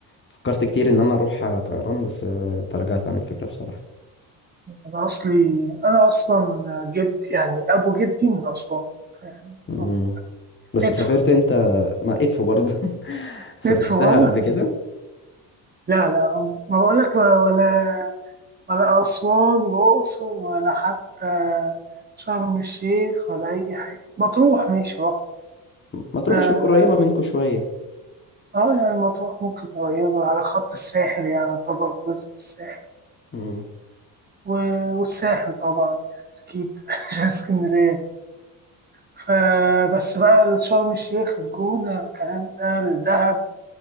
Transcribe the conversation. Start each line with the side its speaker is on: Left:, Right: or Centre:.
Left: فكرت كتير ان انا اروح طيران بس آه، تراجعت عن الفكره بصراحه
Right: أنا أصلي أنا أصلا جد يعني أبو جدي من أسوان يعني
Left: مم.
Right: طب
Left: بس
Right: ندفو
Left: سافرت انت ما ادفو برضه <laughs> سافرتها
Right: ندفو والله
Left: قبل كده
Right: لا لا ما بقولك ولا ولا أسوان وأقصر ولا حتى شرم الشيخ ولا أي حاجة مطروح ماشي رحت
Left: ما تروح
Right: آه,
Left: عشان قريبه
Right: آه,
Left: منكم شويه
Right: آه يعني مطروح ممكن قريبة على خط الساحل يعني طبعا جزء من الساحل
Left: مم.
Right: و- والساحل طبعا يعني أكيد <laughs> عشان اسكندرية فبس بقى شرم الشيخ الجونة الكلام ده الدهب